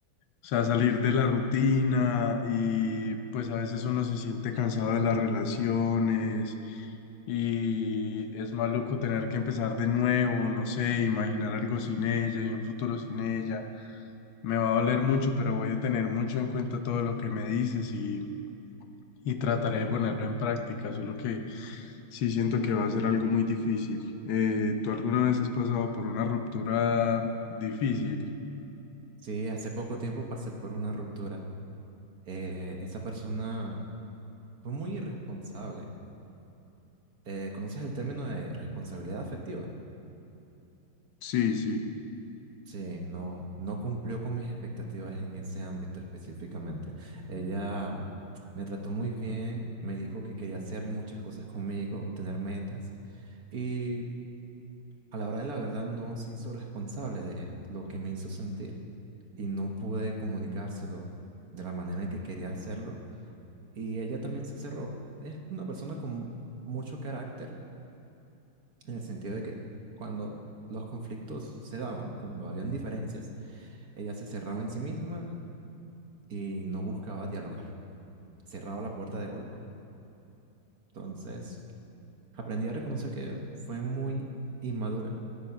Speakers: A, on the left; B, on the right.
A: o sea, salir de la rutina y pues a veces uno se siente cansado de las relaciones Y es maluco tener que empezar de nuevo, no sé, imaginar algo sin ella y un futuro sin ella. Me va a doler mucho, pero voy a tener mucho en cuenta todo lo que me dices y, y trataré de ponerlo en práctica, solo que sí siento que va a ser algo muy difícil. Eh, ¿tú alguna vez has pasado por una ruptura difícil?
B: Sí, hace poco tiempo pasé por una ruptura. Eh, esa persona fue muy irresponsable Eh, ¿conoces el término de responsabilidad afectiva?
A: Sí, sí.
B: Sí, no, no cumplió con mis expectativas en ese ámbito específicamente. Ella me trató muy bien, me dijo que quería hacer muchas cosas conmigo, tener metas, y a la hora de la verdad no se hizo responsable de lo que me hizo sentir y no pude comunicárselo de la manera en que quería hacerlo. Y ella también se cerró. Es una persona con mucho carácter en el sentido de que cuando los conflictos se daban, cuando habían diferencias, ella se cerraba en sí misma y no buscaba dialogar, cerraba la puerta de golpe. Entonces, aprendí a reconocer que fue muy inmadura